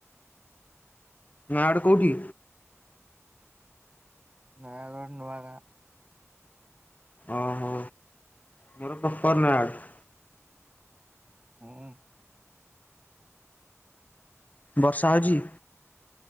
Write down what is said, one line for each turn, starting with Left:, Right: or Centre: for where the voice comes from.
Left: ନୟାଗଡ଼ କୋଉଠି?
Right: ନା ଆଉ। ନୂଆ ଗାଁ।
Left: ଓହୋ ମୋର ପ୍ରପର ନାୟକ।
Right: ହୁଁ।
Left: ବର୍ଷା ହେଉଚି?